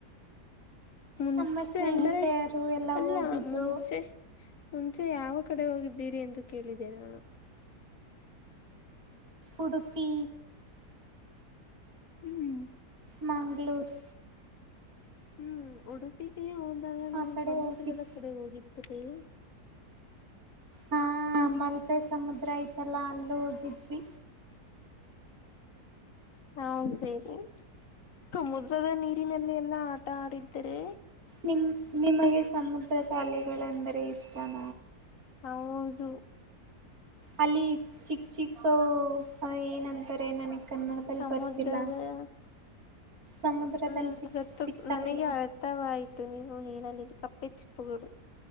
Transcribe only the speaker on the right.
ನಮ್ಮ ಸ್ನೇಹಿತೆಯರು
ಎಲ್ಲ
ಹೋಗಿದ್ರು
ಉಡುಪಿ
ಮಂಗಳೂರು
ಆ ಕಡೆ
ಹೋಗಿದ್
ಹಾ ಹ ಮಲ್ಪೆ ಸಮುದ್ರ ಐತ ತಲ ಅಲ್ಲ ಹೋಗಿದ್ವಿ
ನಿಮ ನಿಮಗೆ ಸಮುದ್ರ ತ ಅಲೆಗಳೆಂದರೆ ಇಷ್ಟನ,
ಅಲ್ಲಿ ಚಿಕ್ಕ ಚಿಕ್ಕ ಹ ಏನನ್ ರೆ ನನಗ್ ಕನ್ನಡದಲ್ಲಿ
ಬರ್ತಿಲ್ಲ ಸಮುದ್ರದಲ್ಲಿ
ಚಿಕ್
ಸಿಗ್ತಾವಲ್ಲ